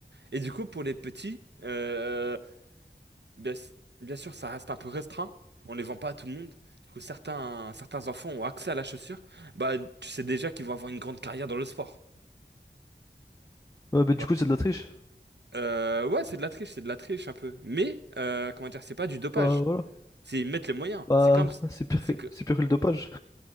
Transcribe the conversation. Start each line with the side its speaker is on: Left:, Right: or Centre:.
Right: Et du coup, pour les petits, euh, bien, s- bien sûr, ça reste un peu restreint. On les vend pas à tout le monde. Du coup, certains, certains enfants ont accès à la chaussure. Bah, tu sais déjà qu'ils vont avoir une grande carrière dans le sport.
Left: Ouais
Right: tu
Left: mais du
Right: vois.
Left: coup c'est de la triche.
Right: Euh, ouais, c'est de la triche, c'est de la triche un peu. Mais, euh, comment dire, c'est pas du dopage.
Left: Bah voilà.
Right: C'est ils mettent les moyens.
Left: Bah
Right: C'est comme,
Left: c'est pire
Right: c'est
Left: que c'est pire que le dopage.